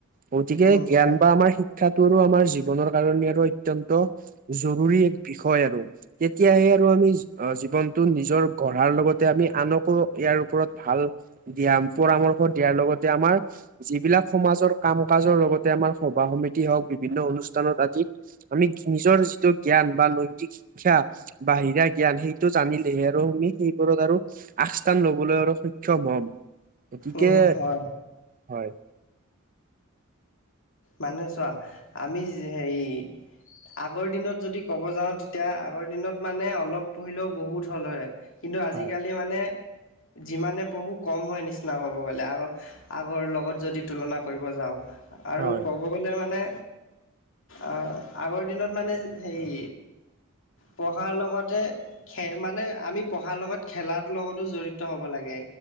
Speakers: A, on the right (about 40°); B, on the left (about 65°).
A: গতিকে
B: উম
A: জ্ঞান
B: হয়
A: বা আমাৰ শিক্ষাটো আৰু আমাৰ জীৱনৰ কাৰণে আৰু অত্যন্ত জৰুৰী এক বিষয় আৰু তেতিয়াহে আৰু আমি জীৱনটো নিজৰ গঢ়াৰ লগতে আমি আনকো ইয়াৰ ওপৰত ভাল দিহা পৰামৰ্শ দিয়াৰ লগতে আমাৰ যিবিলাক সমাজৰ কাম কাজৰ লগতে আমাৰ সভা সমিতি হওঁক বিভিন্ন অনুষ্ঠানত আদিত আমি নিজৰ যিটো জ্ঞান বা নৈতিক শিক্ষা বাহিৰা জ্ঞান সেইটো জানিলেহে আৰু আমি সেইবোৰত আৰু আগস্থান ল'বলৈ আৰু সক্ষম হ'ম গতিকে
B: উম হয়
A: হয়
B: মানে চোৱা আমি হেৰি আগৰ দিনত যদি ক'ব যাওঁ তেতিয়া আগৰ দিনত মানে অলপ পঢ়িলেও বহুত হল হয় কিন্তু আজিকালি
A: হয়
B: মানে যিমানে পঢ়ো কম হয় নিচিনা ক'ব গ'লে আক আগৰ লগত যদি তুলনা কৰিব যাওঁ আৰু
A: হয়
B: ক'ব গ'লে মানে আহ আগৰ দিনত মানে হেৰি পঢ়াৰ লগতে খে মানে আমি পঢ়াৰ লগত খেলাৰ লগতো জড়িত হ'ব লাগে।